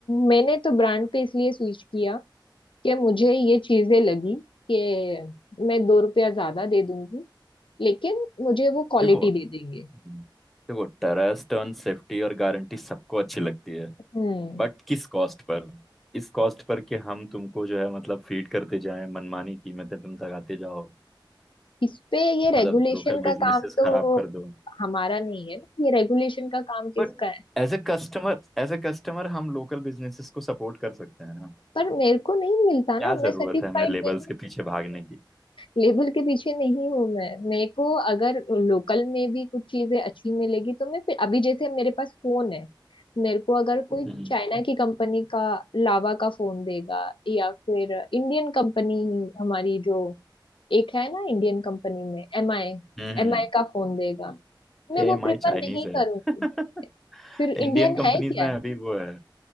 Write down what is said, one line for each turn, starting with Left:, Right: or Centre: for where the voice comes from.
Left: मैंने तो ब्रांड पे इसलिए स्विच किया कि मुझे ये चीजें लगी कि मैं दो रुपया ज्यादा दे दूंगी लेकिन मुझे वो क्वालिटी
Centre: देखो
Left: दे देंगे
Centre: हम्म। देखो ट्रस्ट टर्न सेफ्टी और गारंटी सबको अच्छी लगती है
Left: हम्म
Centre: बट किस कॉस्ट पर इस कॉस्ट पर कि हम तुमको जो है मतलब फीड करते जाएं मनमानी कीमतें तुम लगाते जाओ
Left: इस पे ये रेगुलेशन
Centre: मतलब लोकल
Left: का
Centre: बिजनेसेस
Left: काम तो
Centre: खराब कर दो
Left: हमारा नहीं है ना ये रेगुलेशन का काम किसका
Centre: But
Left: है
Centre: as a customer as a customer हम लोकल बिजनेसेस को सपोर्ट कर सकते हैं ना
Left: पर मेरे को नहीं मिलता ना
Centre: क्या
Left: मैं
Centre: जरूरत
Left: सेटिस्फाइड
Centre: है हमें लेबल्स
Left: नहीं
Centre: के पीछे भागने की
Left: लेबल के पीछे नहीं हूँ मैं मेरे को अगर लोकल में भी कुछ चीजें अच्छी मिलेगी तो मैं फिर अभी जैसे मेरे पास फोन है मेरे को अगर कोई
Centre: हम्म
Left: चाइना की कंपनी का लावा का फोन देगा या फिर इंडियन कंपनी ही हमारी जो एक है ना इंडियन कंपनी में एम आई
Centre: हम्म
Left: एम आई का फोन देगा मैं
Centre: ए
Left: वो
Centre: एम
Left: प्रिफर
Centre: आई चाइनीज
Left: नहीं
Centre: है
Left: करूंगी
Centre: <laughs>
Left: फिर इंडियन
Centre: इंडियन कंपनीज
Left: है क्या
Centre: में अभी वो है